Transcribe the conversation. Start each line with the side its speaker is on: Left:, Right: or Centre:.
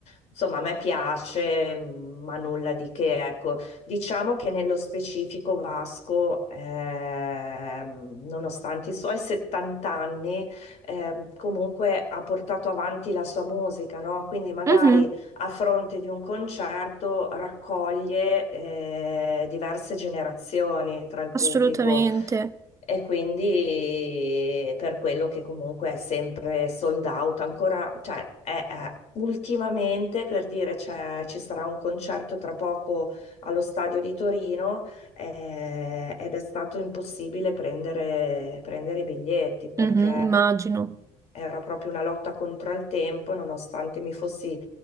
Left: insomma a me piace, ma nulla di che, ecco. Diciamo che nello specifico Vasco, ehm, nonostante i suoi 70 anni, ehm, comunque ha portato avanti la sua musica, no? Quindi magari
Right: mhm,
Left: a fronte di un concerto raccoglie, eh, diverse generazioni tra il pubblico.
Right: assolutamente.
Left: E quindi eh, per quello che comunque è sempre sold out, ancora, cioè è, è- ultimamente per dire c'è- ci sarà un concerto tra poco allo stadio di Torino eh, ed è stato impossibile prendere, prendere i biglietti perché
Right: Mhm, immagino.
Left: era proprio una lotta contro il tempo, nonostante mi fossi